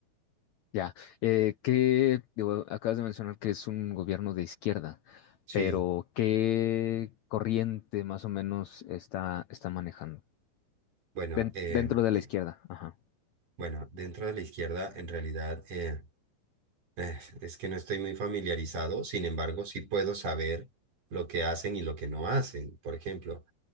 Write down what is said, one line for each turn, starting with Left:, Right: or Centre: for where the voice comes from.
Left: Ya, eh, ¿qué, digo, acabas de mencionar que es un gobierno de izquierda,
Right: Sí,
Left: pero ¿qué corriente más o menos está, está manejando?
Right: bueno,
Left: Den-
Right: eh,
Left: dentro de la
Right: eh,
Left: izquierda, ajá.
Right: bueno, dentro de la izquierda en realidad eh, eh, es que no estoy muy familiarizado, sin embargo, sí puedo saber lo que hacen y lo que no hacen. Por ejemplo,